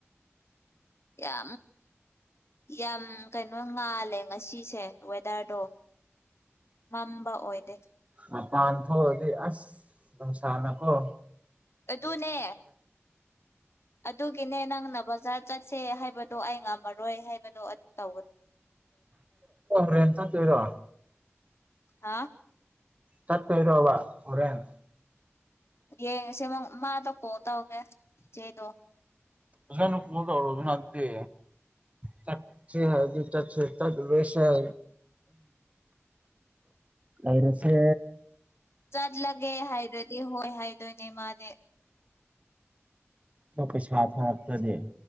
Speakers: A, on the left; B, on the right.
A: ꯌꯥ ꯌꯥꯝ ꯀꯩꯅꯣ ꯉꯥꯜꯂꯦ ꯉꯁꯤꯁꯦ ꯋꯦꯗꯔꯗꯣ ꯃꯝꯕ ꯑꯣꯏꯗꯦ
B: ꯃꯄꯥꯟ ꯊꯣꯛꯑꯗꯤ ꯑꯁ ꯑꯗꯨꯝ ꯁꯥꯟꯅꯀꯣ
A: ꯇꯨꯅꯦ ꯑꯗꯨꯒꯤꯅꯦ ꯅꯪꯅ ꯕꯖꯥꯔ ꯆꯠꯁꯦ ꯍꯥꯏꯕꯗꯣ ꯑꯩ ꯉꯝꯃꯔꯣꯏ ꯍꯥꯏꯕꯗꯣ ꯑꯗꯨ ꯇꯧꯒꯅꯤ
B: ꯔꯦꯟ ꯇꯔꯣ
A: ꯍꯥ
B: ꯆꯠ ꯑꯣꯏꯔꯣꯕ ꯑꯣꯣꯔꯦꯟꯦꯟ
A: ꯌꯦ ꯁꯦꯕ ꯃꯥꯗ ꯀꯣ ꯇꯧꯒꯦ ꯆꯆꯦꯗꯣ
B: ꯁꯨꯩꯅ ꯀꯣꯗ ꯔꯘꯅꯥꯗꯤ ꯆꯥꯛꯦ ꯍꯥꯏ ꯆ ꯆꯕꯁꯦ ꯎ ꯂꯏꯔꯁꯦ
A: ꯆꯠꯂꯒꯦ ꯍꯥꯏꯗ꯭ꯔꯗꯤ ꯍꯣꯏ ꯍꯥꯏꯗꯣꯏꯅꯦ ꯃꯥꯅꯦ
B: ꯄꯩꯁꯥ ꯊꯥꯔꯛꯇꯗꯦ